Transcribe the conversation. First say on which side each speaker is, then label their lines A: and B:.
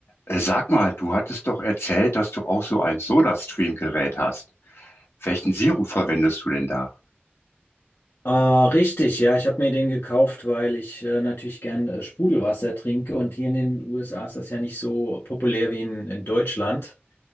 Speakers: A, on the left; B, on the left.
A: Äh, Sag mal, du hattest doch erzählt, dass du auch so ein Soda-Stream-Gerät hast. Welchen Sirup verwendest du denn da?
B: Ah, richtig, ja, ich habe mir den gekauft, weil ich äh, natürlich gern äh, Sprudelwasser trinke und hier in den USA ist das ja nicht so populär wie in, in Deutschland.